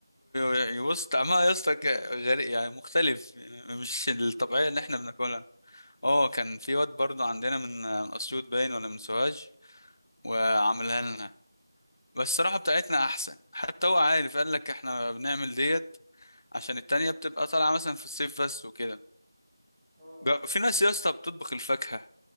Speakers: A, on the left; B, in the centre.
A: يعني بص طعمها يا اسطى ك- غريب يعني مختلف يعني مش الطبيعية
B: انت دقته اصلا
A: اللي احنا بناكلها اه كان في واد برضو عندنا من من اسيوط باين ولا من سوهاج وعملها لنا بس الصراحة بتاعتنا احسن حتى هو عارف قال لك احنا بنعمل ديت عشان التانية بتبقى طالعة مثلا في الصيف بس وكده
B: اه
A: جا- في ناس يا اسطى بتطبخ الفاكهة